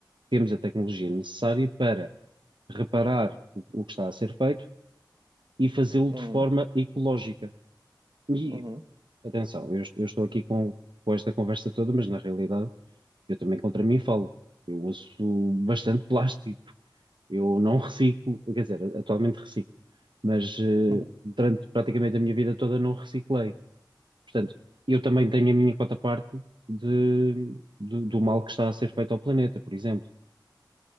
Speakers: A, on the right; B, on the right.
A: temos a tecnologia necessária para reparar o, o que está a ser feito e fazê-lo
B: Uhum.
A: de forma ecológica. E,
B: Uhum.
A: atenção, eu, est- eu estou aqui com, com esta conversa toda, mas na realidade eu também contra mim falo. Eu uso bastante plástico, eu não reciclo, quer dizer, atualmente reciclo, mas eh,
B: Uhum.
A: durante praticamente a minha vida toda não reciclei. Portanto, eu também tenho a minha quota parte de, do, do mal que está a ser feito ao planeta, por exemplo.